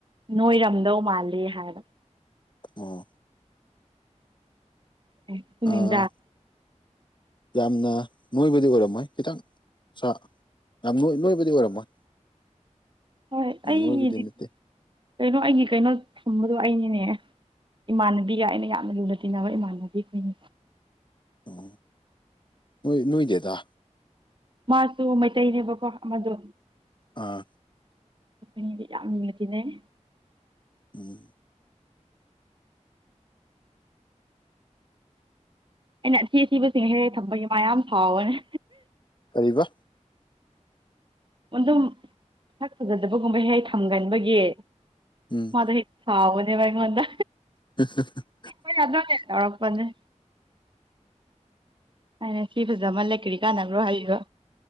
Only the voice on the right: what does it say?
ꯅꯣꯏꯔꯝꯗꯧ ꯃꯥꯜꯂꯦ ꯍꯥꯏꯕ
<inaudible> <unintelligible>
ꯍꯣꯏ
ꯑꯩꯒꯤꯗꯤ
ꯀꯩꯅꯣ ꯑꯩꯒꯤ ꯀꯩꯅꯣ ꯊꯝꯕꯗꯣ ꯑꯩꯅꯤꯅꯦ ꯏꯃꯥꯟꯅꯕꯤꯒ ꯑꯩꯅ ꯌꯥꯝꯅ ꯂꯨꯅ ꯇꯤꯟꯅꯕ ꯏꯃꯥꯟꯅꯕꯤ ꯑꯩꯈꯣꯏꯅꯤ
ꯃꯥꯁꯨ ꯃꯩꯇꯩꯅꯦꯕꯀꯣ ꯑꯃꯗꯨ
ꯇꯤꯟꯅꯕꯗꯤ ꯌꯥꯝ ꯂꯨꯅ ꯇꯤꯟꯅꯩ
ꯑꯩꯅ ꯑꯊꯤ ꯑꯊꯤꯕꯁꯤꯡ ꯍꯦꯛ ꯍꯧꯛ ꯊꯝꯕꯒꯤ ꯃꯥ ꯌꯥꯝ ꯁꯥꯎꯕꯅꯦ
ꯑꯗꯨꯝ ꯁꯥꯛ ꯐꯖꯗꯕꯒꯨꯝꯕ ꯍꯦꯛ ꯊꯝꯒꯟꯕꯒꯤ
ꯃꯥꯗꯣ ꯍꯦꯛ ꯁꯥꯎꯕꯅꯦꯕꯥ ꯑꯩꯉꯣꯟꯗ
ꯍꯣꯢꯅꯦ ꯑꯗꯨꯅꯦ ꯇꯧꯔꯛꯄꯅꯦ ꯑꯩꯅ ꯁꯤ ꯐꯖꯃꯜꯂꯦ ꯀ꯭ꯔꯤ ꯀꯥꯟꯅꯕ꯭ꯔꯣ ꯍꯥꯏꯔꯛꯢꯕ